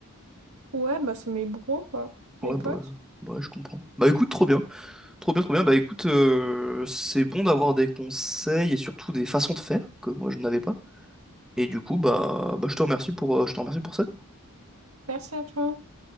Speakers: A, on the right; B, in the centre.
A: Ouais, bah c'est mes bros quoi,
B: Ouais,
A: mes potes.
B: bah, bah ouais, je comprends. Bah écoute, trop bien. Trop bien, trop bien. Bah écoute, euh, c'est bon d'avoir des conseils et surtout des façons de faire que moi je n'avais pas. Et du coup, bah, bah je te remercie pour, euh, je te remercie pour ça.
A: Merci à toi.